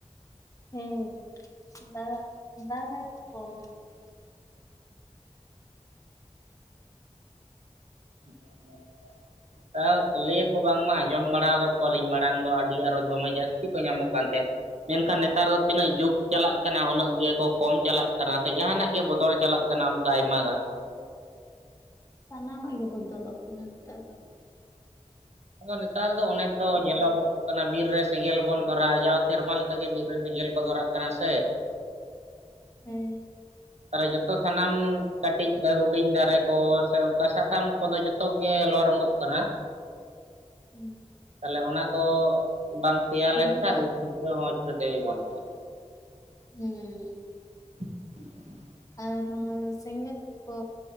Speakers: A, on the left (about 25°); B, on the right (about 65°).
A: ᱦᱮᱸ ᱫᱟᱜ ᱫᱟᱜ ᱜᱟᱭ ᱛᱚ ᱠᱚᱢ ᱜᱮ
B: <unintelligible> ᱞᱟᱹᱭᱟᱠᱚ ᱵᱟᱝᱢᱟ ᱟᱸᱡᱚᱢ ᱵᱟᱲᱟ ᱟᱠᱟᱫ ᱠᱚᱣᱟᱞᱤᱧ ᱢᱟᱲᱟᱝ ᱫᱚ ᱟᱹᱰᱤ ᱟᱨᱚ ᱫᱚᱢᱮ ᱡᱟᱹᱥᱛᱤ ᱠᱚ ᱧᱟᱢᱚᱜ ᱠᱟᱱ ᱛᱟᱦᱮᱸᱫ᱾ ᱢᱮᱱᱠᱷᱟᱱ ᱱᱮᱛᱟᱨ ᱛᱤᱱᱟᱹᱜ ᱡᱩᱜᱽ ᱪᱟᱞᱟᱜ ᱠᱟᱱᱟ ᱩᱱᱟᱹᱜ ᱜᱮᱠᱚ ᱠᱚᱢ ᱪᱟᱞᱟᱜ ᱠᱟᱱᱟ ᱥᱮ ᱡᱟᱦᱟᱱᱟᱜ ᱜᱮ ᱵᱚᱫᱚᱞ ᱪᱟᱞᱟᱜ ᱠᱟᱱᱟ ᱚᱱᱠᱟ ᱟᱭᱢᱟ ᱜᱟᱱ
A: ᱥᱟᱱᱟᱢᱟᱜ ᱜᱮ ᱵᱚᱫᱚᱞᱚᱜ ᱠᱟᱱᱟ ᱱᱮᱛᱟᱨ ᱫᱚ
B: ᱟᱫᱚ ᱱᱮᱛᱟᱨ ᱫᱚ ᱚᱱᱮ ᱛᱚ ᱧᱮᱞᱚᱜᱚᱜ ᱚᱱᱠᱟ ᱱᱟᱜ ᱵᱤᱨ ᱨᱮ ᱥᱮᱸᱜᱮᱞ ᱵᱚᱱ ᱫᱷᱚᱨᱟᱼᱟ ᱡᱟᱣ ᱥᱮᱨᱢᱟ ᱞᱮᱠᱟᱜᱮ ᱵᱤᱨ ᱨᱮ ᱥᱮᱸᱜᱮᱞ ᱠᱚ ᱫᱷᱚᱨᱟᱜ ᱠᱟᱱᱟ ᱥᱮ <inaudible>
A: ᱦᱮᱸ
B: ᱛᱟᱦᱚᱞᱮ ᱡᱚᱛᱚ ᱥᱟᱱᱟᱢ ᱠᱟᱹᱴᱤᱡ ᱦᱩᱰᱤᱧ ᱫᱟᱨᱮ ᱠᱚ ᱥᱮ ᱚᱱᱠᱟ ᱥᱟᱠᱟᱢ ᱠᱚᱫᱚ ᱡᱚᱛᱚᱜ ᱜᱮ ᱞᱚ ᱨᱚᱝᱜᱚᱜ ᱾ ᱠᱟᱱᱟ
A: ᱦᱩᱸ
B: ᱛᱟᱦᱚᱞᱮ ᱚᱱᱟ ᱠᱚ ᱵᱟᱝ ᱥᱮᱭᱟ
A: ᱩᱱᱠᱩ
B: ᱞᱮᱱᱠᱷᱟᱱ
A: ᱫᱚ
B: ᱩᱫ ᱞᱩᱴᱠᱟ ᱦᱚᱸ ᱪᱤᱠᱟᱹᱛᱮ ᱚᱢᱚᱱᱚᱜᱼᱟ᱾
A: ᱦᱩᱸ
B: <unintelligible>
A: ᱟᱨ ᱛᱟᱦᱞᱮ ᱥᱮᱸᱜᱮᱞ ᱠᱚ